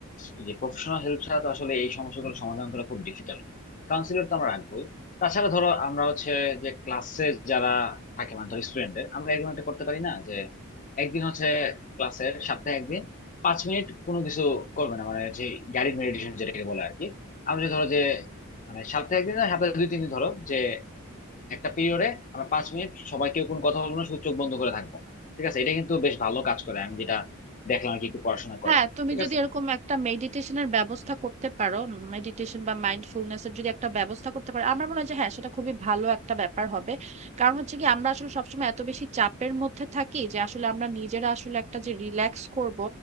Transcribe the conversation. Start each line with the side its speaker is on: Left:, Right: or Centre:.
Left: এই যে প্রফেশনাল হেল্প ছাড়া তো আসলে এই সমস্যাগুলো সমাধান করা খুব ডিফিকাল্ট কাউন্সিলর তো আমরা রাখবোই তাছাড়া ধরো আমরা হচ্ছে যে ক্লাসে যারা থাকে মানে ধরো স্টুডেন্টদের আমরা এরকম একটা করতে পারি না যে একদিন হচ্ছে ক্লাসের সপ্তাহে একদিন পাঁচ মিনিট কোনো কিছু করবে না মানে হচ্ছে গাইডেড মেডিটেশন যেটাকে বলে আর কি আমরা যে ধরো যে মানে সপ্তাহে একদিন না সপ্তাহে দুই তিন দিন ধরো যে একটা পিরিয়ডে আমরা পাঁচ মিনিট সবাই কেউ কোনো কথা বলবো না শুধু চোখ বন্ধ করে থাকবো ঠিক আছে এটা কিন্তু বেশ ভালো কাজ করে আমি যেটা দেখলাম আর কি একটু পড়াশোনা করে
Right: হ্যাঁ তুমি
Left: ঠিক
Right: যদি
Left: আছে
Right: এরকম একটা মেডিটেশনের ব্যবস্থা করতে পারো মেডিটেশন বা মাইন্ডফুলনেস এর যদি একটা ব্যবস্থা করতে পারো আমার মনে হয় যে হ্যাঁ সেটা খুবই ভালো একটা ব্যাপার হবে কারণ হচ্ছে কি আমরা আসলে সবসময় এত বেশি চাপের মধ্যে থাকি যে আসলে আমরা নিজেরা আসলে একটা যে রিল্যাক্স করব